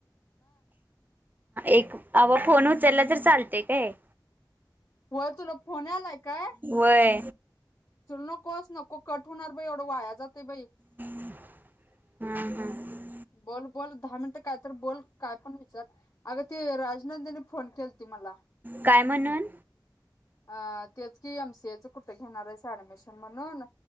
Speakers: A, on the right; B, on the left.
A: एक अवा फोन उचलला तर चालत ते काय,
B: हो तुला फोन आलाय काय?
A: वय
B: नकोस नको कट होणार बाई एवढं वाया जाते बाई.
A: हम्म हम्म
B: बोल बोल दहा मिनटं काय तर बोल काय पण, विचार अग त राजनंदिनी फोन केल ती मला
A: काय म्हणून?
B: अ तेच की एम सी एच कुठ घेणार आहेस ऍडमिशन म्हणून.